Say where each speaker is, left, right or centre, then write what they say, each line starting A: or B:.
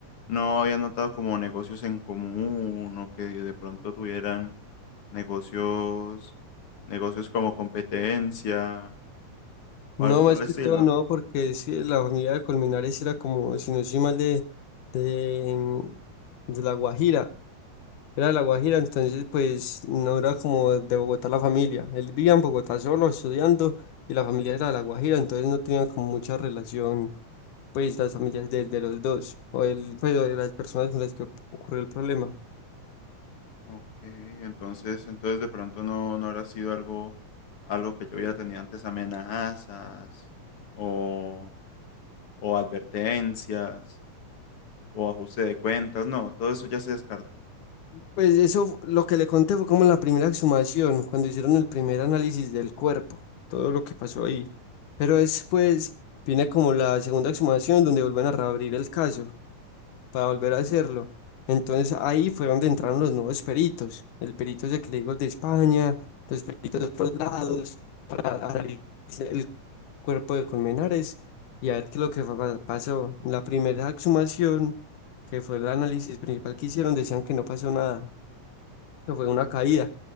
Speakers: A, on the left; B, on the left.
A: no había notado como negocios en común o que de pronto tuvieran negocios, negocios como competencia o
B: No,
A: algo por
B: más
A: el
B: que
A: estilo.
B: todo no, porque sí, la familia de Colmenares era como, si no soy mal, de, de, de La Guajira. Era de La Guajira, entonces pues no era como de Bogotá la familia. Él vivía en Bogotá solo, estudiando, y la familia era de La Guajira, entonces no tenían como mucha relación, pues las familias de, de los dos, o el, pues, o de las personas con las que ocurrió el problema.
A: Ok, entonces, entonces de pronto no, no habrá sido algo, algo que yo hubiera tenido antes amenazas o, o advertencias. o ajuste de cuentas, no, todo eso ya se descartó.
B: Pues eso, lo que le conté fue como la primera exhumación, cuando hicieron el primer análisis del cuerpo, todo lo que pasó ahí. Pero después viene como la segunda exhumación donde vuelven a reabrir el caso para volver a hacerlo. Entonces ahí fue donde entraron los nuevos peritos, el perito ese que le digo el de España, los peritos de otros lados, para analizar el cuerpo de Colmenares y a ver qué es lo que fa- pasó. La primera exhumación, que fue el análisis principal que hicieron, decían que no pasó nada que fue una caída.